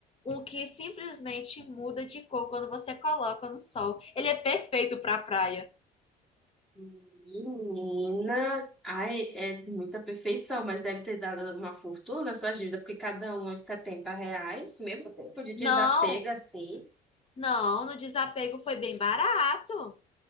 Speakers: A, on the left; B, in the centre.
A: um que simplesmente muda de cor quando você coloca no sol. Ele é perfeito para praia.
B: Menina, ai, é de muita perfeição, mas deve ter dado uma fortuna a sua dívida, porque cada um é uns 70 reais, mesmo tempo de desapego
A: Não,
B: assim.
A: não, no desapego foi bem barato.